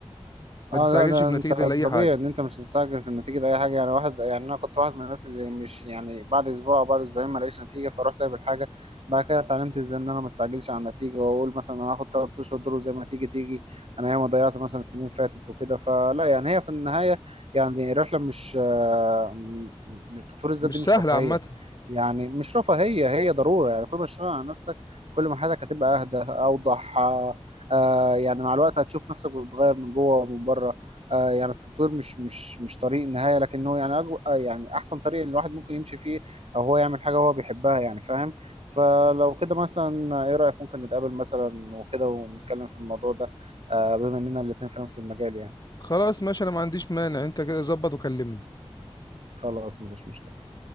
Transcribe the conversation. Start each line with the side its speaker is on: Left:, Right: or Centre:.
Left: ما
Right: اه
Left: تستعجلش
Right: لا ده
Left: في
Right: انت
Left: نتيجه
Right: ده
Left: لاي
Right: طبيعي
Left: حاجه
Right: ان انت مش هتستعجل في النتيجه ده اي حاجه يعني واحد يعني انا كنت واحد من الناس اللي مش يعني بعد اسبوع او بعد اسبوعين ما لقيتش نتيجه فاروح سايب الحاجه بعد كده اتعلمت ازاي ان انا ما استعجلش على النتيجه واقول مثلا انا هاخد تلات اشهر دول وزي ما تيجي تيجي انا ياما ضيعت مثلا سنين فاتت وكده فلا يعني هي في النهايه يعني رحله مش آه، م- م- تطوير الذات
Left: مش
Right: دي مش
Left: سهله
Right: رفاهيه
Left: عامه
Right: يعني مش رفاهيه هي ضروره يعني كل ما تشتغل على نفسك كل ما حياتك هتبقى اهدى اوضح آه، آه يعني مع الوقت هتشوف نفسك بتتغير من جوه ومن بره آه يعني التطوير مش مش مش طريق نهاية لكنه يعني أجو آه يعني أحسن طريق اللي الواحد ممكن يمشي فيه أو هو يعمل حاجة هو بيحبها يعني فاهم فلو كده مثلا إيه رأيك ممكن نتقابل مثلا وكده ونتكلم في الموضوع ده آه بما إننا الاتنين في نفس المجال يعني
Left: خلاص ماشي انا ما عنديش مانع انت كده ظبط وكلمني
Right: خلاص مفيش مشكلة